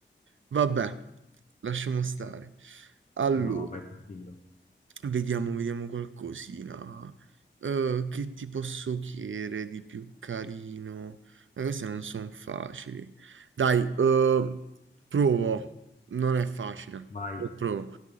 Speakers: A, on the right (about 80°); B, on the left (about 40°).
A: Vabbè, lasciamo stare. Allora,
B: No, vai tranquillo.
A: Vediamo, vediamo qualcosina. Eh, che ti posso chiedere di più carino? Ma queste non sono facili. Dai, eh, provo. Non è facile.
B: Vai.
A: Lo provo.